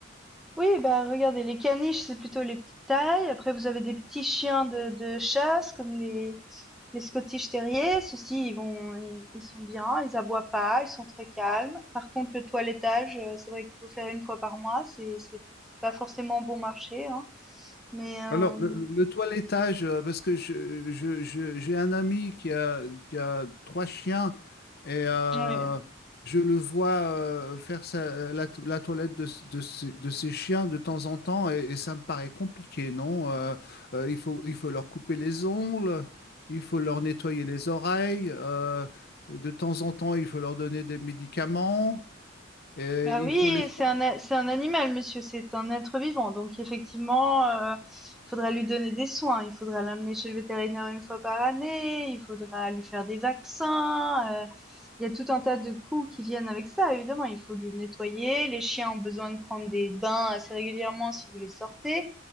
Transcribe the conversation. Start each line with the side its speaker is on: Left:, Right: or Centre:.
Centre: Oui, bah, regardez, les caniches, c'est plutôt les petites tailles. Après, vous avez des petits chiens de, de chasse, comme les, les Scottish Terriers. Ceux-ci, ils vont, ils, ils sont bien, ils aboient pas, ils sont très calmes. Par contre, le toilettage, euh, c'est vrai qu'il faut faire une fois par mois. C'est, c'est, c'est pas forcément bon marché, hein. Mais, euh,
Left: Alors, le, le toilettage, euh, parce que je, je- je- j'ai un ami qui a, qui a trois chiens et euh,
Centre: oui.
Left: je le vois euh, faire sa- la, to- la toilette de, s- de, ses de ses chiens de temps en temps et, et ça me paraît compliqué, non? Euh, euh, il faut, il faut leur couper les ongles, il faut leur nettoyer les oreilles, euh, de temps en temps, il faut leur donner des médicaments et
Centre: Bah oui,
Left: il faut les...
Centre: c'est un, a- c'est un animal, monsieur, c'est un être vivant. Donc effectivement, euh, il faudra lui donner des soins, il faudra l'amener chez le vétérinaire une fois par année, il faudra lui faire des vaccins. euh, il y a tout un tas de coûts qui viennent avec ça, évidemment. Il faut lui nettoyer. Les chiens ont besoin de prendre des bains assez régulièrement si vous les sortez,